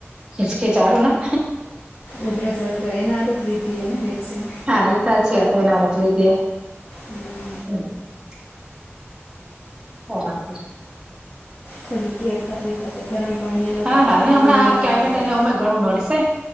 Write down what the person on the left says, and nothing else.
ઉધર સરું કરી એના હારુ જ લીધી એ ને વેક્સીન
હમ
થોડી કેર કરવી ખાત ગરમ પાણી નહો
એક
દિવાળી
બોટલ
પર